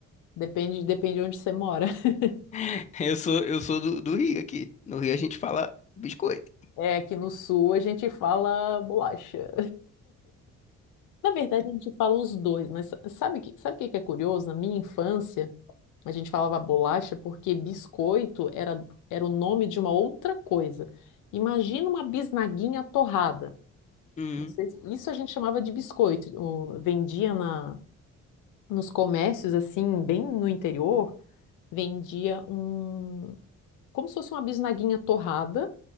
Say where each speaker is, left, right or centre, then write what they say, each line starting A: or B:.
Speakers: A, on the left (about 80°); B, on the left (about 25°).
A: Depende, depende de onde você mora. <laughs>
B: <laughs> Eu sou, eu sou do, do Rio aqui. No Rio a gente fala biscoito.
A: É, aqui no sul a gente fala bolacha. <laughs> Na verdade, a gente fala os dois, mas sa- sabe que, sabe o que que é curioso? Na minha infância, a gente falava bolacha porque biscoito era, era o nome de uma outra coisa. Imagina uma bisnaguinha torrada.
B: Hum.
A: Vocês- Isso a gente chamava de biscoito. O- Vendia na, nos comércios, assim, bem no interior, vendia um, como se fosse uma bisnaguinha torrada,